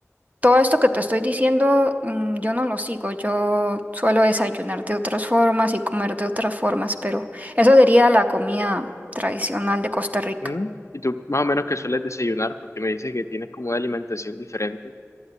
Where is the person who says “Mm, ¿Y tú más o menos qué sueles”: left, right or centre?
Left